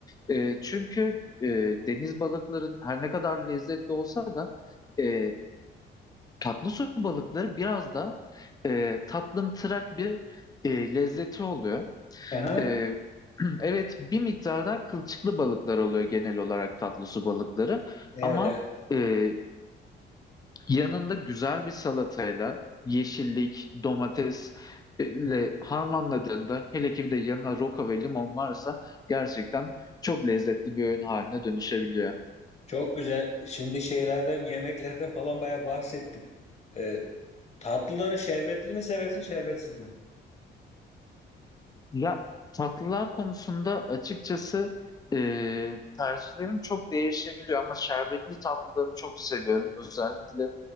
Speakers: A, on the left (about 20°); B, on the left (about 35°).
A: E, çünkü e, deniz balıkların her ne kadar lezzetli olsa da e, tatlı su balıkları biraz da e, tatlımtırak bir e, lezzeti oluyor.
B: Aha.
A: E, <clears throat> evet bir miktar da kılçıklı balıklar oluyor genel olarak tatlı su balıkları
B: Evet
A: ama
B: evet.
A: e, Yanında güzel bir salatayla yeşillik, domatesle harmanladığında hele ki bir de yanına roka ve limon varsa gerçekten çok lezzetli bir öğün haline dönüşebiliyor.
B: Çok güzel. Şimdi şeylerden, yemeklerden falan bayağı bahsettik. Ee, tatlıları şerbetli mi seversin, şerbetsiz mi?
A: Ya tatlılar konusunda açıkçası e, tercihlerim çok değişebiliyor ama şerbetli tatlıları çok seviyorum. Özellikle